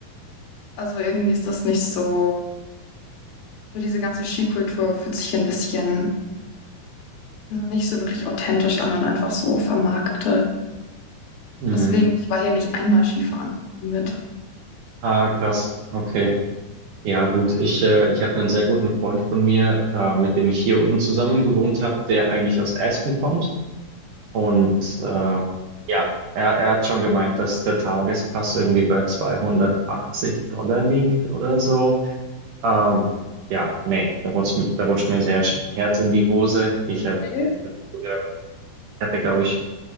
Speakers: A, on the left; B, on the right.
A: also irgendwie ist das nicht so. So diese ganze Skikultur fühlt sich hier ein bisschen nicht so wirklich authentisch an und einfach so vermarktet.
B: Mhm.
A: Deswegen, ich war hier nicht einmal Skifahren im Winter.
B: Ah, krass. Okay. Ja, gut. Ich, äh, ich habe einen sehr guten Freund von mir, äh, mit dem ich hier unten zusammen gewohnt habe, der eigentlich aus Aspen kommt. Und äh, ja, er, er hat schon gemeint, dass der Tagespass irgendwie bei 280 Dollar liegt oder so. Ähm, ja, nee, da rutscht, da rutscht mir das Herz, Herz in die Hose. Ich habe,
A: Okay.
B: ich hab früher, ich hatte, glaube ich,